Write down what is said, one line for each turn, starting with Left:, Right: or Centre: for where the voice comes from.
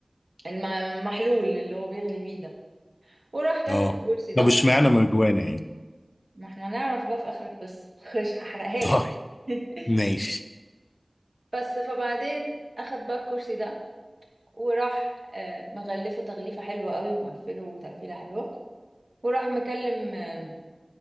Right: الم- المحلول اللي هو بيغلي فيه ده وراح ياخد
Left: اه
Right: الكرسي ده
Left: طب اشمعنى مرجوانة يعني
Right: ما احنا نعرف بقى في آخر القصة <laughs> مش هحرقها
Left: طيب
Right: لك <laughs>
Left: ماشي
Right: بس فبعدين اخد بقى الكرسي ده وراح آه، مغلفه تغليفة حلوة قوي ومقفله تقفيلة حلوة وراح مكلم آه،